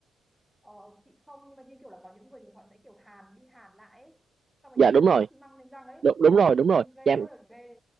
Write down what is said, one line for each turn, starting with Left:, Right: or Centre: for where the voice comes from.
Centre: Ờ, chị không nhưng mà như kiểu là có những người thì họ sẽ kiểu hàn đi hàn lại ấy. Xong rồi
Right: Dạ
Centre: như
Right: đúng
Centre: kiểu
Right: rồi,
Centre: đắp xi măng lên răng ấy.
Right: đúng, đúng rồi, đúng rồi.
Centre: Trông ghê
Right: Chém
Centre: ơi là ghê.